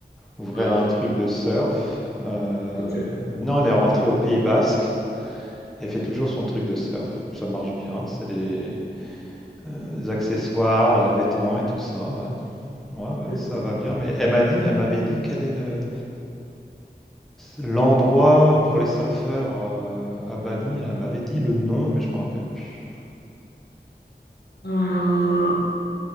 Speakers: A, in the centre; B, on the left.
A: ouvrir
B: Hein,
A: un truc de surf. Heu,
B: ok.
A: maintenant elle est rentrée au Pays basque, elle fait toujours son truc de surf, ça marche bien, c'est des, heu, accessoires, heu, vêtements et tout ça, ouais. Ouais, ouais,
B: Mmh,
A: ça
B: cool.
A: va bien, mais elle m'a dit elle m'avait dit quel est le L'endroit pour les surfeurs, heu, à Bali, elle m'avait dit le nom, mais je me rappelle plus.
B: Euh,